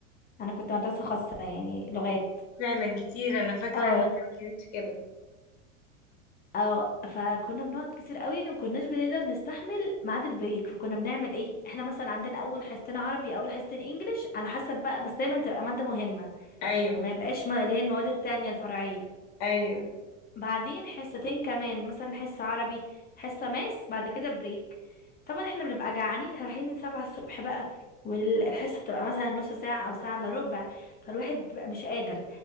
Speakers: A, on the left; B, on the left.
A: انا كنت مدرسة خاصة يعني لغات
B: فعلا كتير أنا فاكرة
A: اه
B: إن هي ما كانتش كده
A: اه فكنا بنقعد كتير قوي ومكناش بنقدر نستحمل ميعاد البريك فكنا بنعمل ايه احنا مثلا عندنا اول حصتين عربي اول حصتين انجليش على حسب بقى بس دايما تبقى مادة مهمة
B: أيوه
A: ما يبقاش ما اللي هي المواد التانية الفرعية
B: أيوه
A: بعدين حصتين كمان مثلا حصة عربي حصة ماس بعد كده بريك طبعا احنا بنبقى جعانين احنا رايحين من سبعة الصبح بقى والحصة بتبقى مثلا نص ساعة أو ساعة إلا ربع فالواحد بيبقى مش قادر